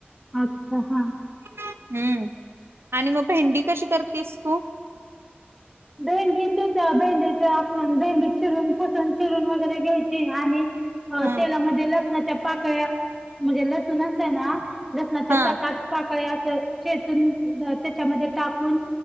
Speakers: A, in the centre; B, on the right.
A: अच्छा हा.
B: हम्म, आणि मग भेंडी कशी करतेस तू?
A: भेंडी तेच, भेंडीच आपण भेंडी चिरून, पुसून, चिरून, वगैरे घ्यायची आणि
B: हा
A: तेलामध्ये लसणाच्या पाकळ्या म्हणजे लसूण अस आहे ना, लसणाच्या
B: हा
A: सात, आठ, पाकळ्या चेचून, त्याच्यामध्ये टाकून